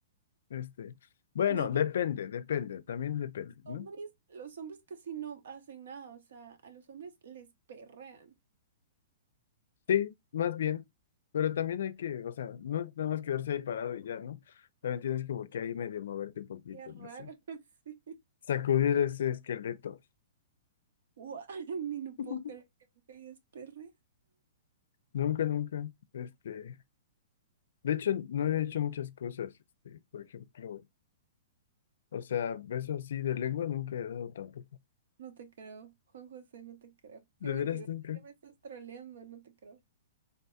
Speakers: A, on the left; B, on the right.
A: Este, bueno,
B: No, pero
A: depende, depende, también depende,
B: los
A: ¿no?
B: hombres, los hombres casi no hacen nada. O sea, a los hombres les perrean.
A: Sí, más bien, pero también hay que, o sea, no es nada más quedarse ahí parado y ya, ¿no? También tienes como que ahí medio moverte un poquito,
B: Qué raro,
A: no sé,
B: <laughs> sí.
A: sacudir ese esqueleto.
B: Guau, Ni no
A: <laughs>
B: puedo creer que nunca hayas perreado.
A: Nunca, nunca, este, de hecho, no he hecho muchas cosas, este, por ejemplo, o sea, beso así de lengua nunca he dado tampoco.
B: No te creo, Juan José, no te creo. Qué
A: ¿De
B: mentiroso,
A: veras nunca?
B: ya me estás troleando, no te creo.